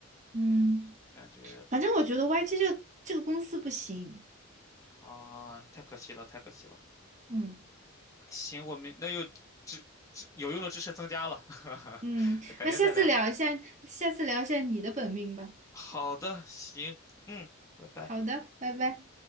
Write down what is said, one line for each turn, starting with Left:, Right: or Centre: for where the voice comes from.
Right: 嗯，
Left: 感觉
Right: 反正我觉得 YG 这个这个公司不行。
Left: 啊，太可惜了，太可惜了。
Right: 嗯
Left: 行，我们那又知知有用的知识增加了，
Right: 嗯，
Left: <laughs> 改天再聊。
Right: 那下次聊一下，下次聊一下你的本命吧。
Left: 好的，行，嗯，拜拜。
Right: 好的，拜拜。